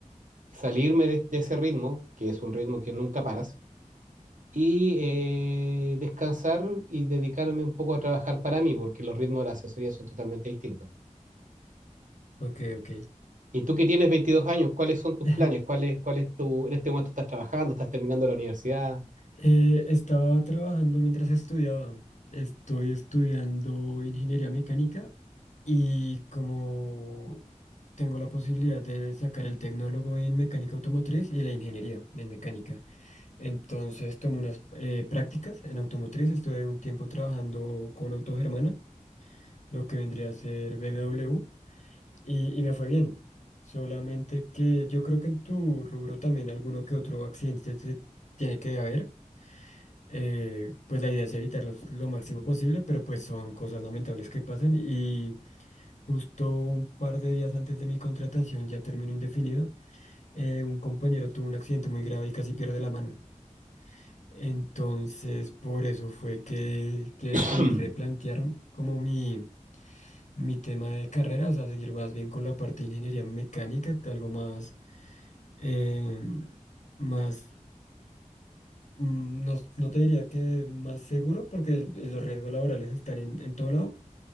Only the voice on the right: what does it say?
salirme de, de ese ritmo, que es un ritmo que nunca paras, y eh, descansar y dedicarme un poco a trabajar para mí, porque los ritmos de la asesoría son totalmente distintos.
Y tú que tienes 22 años, ¿cuáles son tus
planes? ¿Cuál es, cuál es tu, en este momento estás trabajando, estás terminando la universidad?
<clears throat>